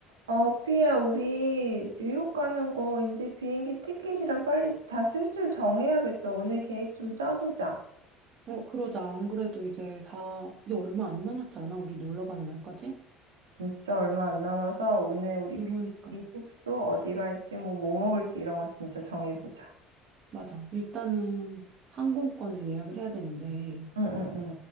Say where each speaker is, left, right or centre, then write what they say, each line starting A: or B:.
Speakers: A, on the right; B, on the right.
A: 어, 삐야, 우리 뉴욕 가는 거 이제 비행기 티켓이랑 빨리 다 슬슬 정해야겠어. 오늘 계획 좀 짜보자.
B: 어, 그러자. 안 그래도 이제 다, 근데 얼마 안 남았지 않아? 우리 놀러 가는 날까지?
A: 진짜 얼마 안 남아서 오늘 우리
B: 그러니까.
A: 비행기 숙소 어디 갈지 뭐, 뭐 먹을지 이런 거 진짜 정해보자.
B: 맞아. 일단은 항공권을 예약을 해야 되는데,
A: 응응응.